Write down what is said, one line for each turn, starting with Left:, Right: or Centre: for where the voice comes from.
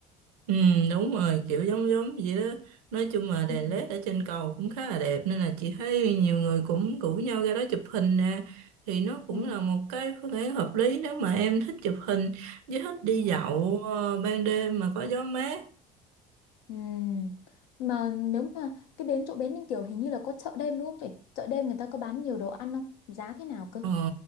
Right: ừ đúng rồi kiểu giống giống vậy đó nói chung là đèn
Left: Ừ.
Right: led ở trên cầu cũng khá là đẹp nên là chị thấy nhiều người cũng rủ nhau ra đó chụp hình nè thì nó cũng
Left: Ừ.
Right: là một cái phương án hợp lý nếu mà em thích chụp hình với thích đi
Left: Ừ.
Right: dạo ờ, ban đêm mà có gió mát
Left: Ừ. Mà nếu mà cái bến chỗ bến Ninh Kiều hình như là có chợ đêm đúng không chị? Chợ đêm người ta có bán nhiều đồ ăn không? Giá thế nào cơ?
Right: Ờ,